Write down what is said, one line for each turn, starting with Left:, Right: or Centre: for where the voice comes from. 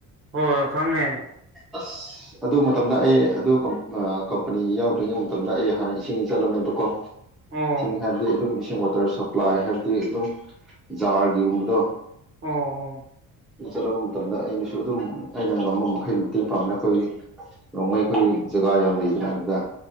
Right: ꯍꯣꯏ ꯈꯪꯉꯦ
Centre: ꯑꯁ ꯑꯗꯨ ꯃꯇꯝꯗ ꯑꯩ ꯑꯗꯨ ꯀꯝ ꯀꯝꯄꯅꯤ ꯌꯥꯎꯗ꯭ꯔꯤꯉꯩ ꯃꯇꯝꯗ ꯑꯩ ꯍꯥꯟꯅ ꯏꯁꯤꯡ ꯆꯂꯂꯝꯃꯦꯕꯀꯣ
Right: ꯑꯣ
Centre: ꯏꯁꯤꯡ ꯍꯥꯏꯕꯗꯤ ꯑꯗꯨꯝ ꯏꯁꯤꯡ ꯋꯥꯇꯔ ꯁꯄ꯭ꯂꯥꯏ ꯍꯥꯏꯕꯗꯤ ꯑꯗꯨꯝ ꯖꯥꯔꯒꯤꯒꯨꯝꯕꯗꯣ
Right: ꯑꯣ ꯑꯣ
Centre: ꯆꯠꯂꯕ ꯃꯇꯝꯗ ꯑꯩꯅꯁꯨ ꯑꯗꯨꯝ ꯑꯩꯅ ꯉꯃꯕ ꯃꯛ ꯈꯩ ꯃꯇꯦꯡ ꯄꯥꯡꯕꯅꯦ ꯑꯩꯈꯣꯏ ꯔꯣꯡꯃꯩ ꯑꯩꯈꯣꯏ ꯖꯒꯥ ꯌꯥꯝ ꯂꯩꯗꯅ ꯑꯗꯨꯗ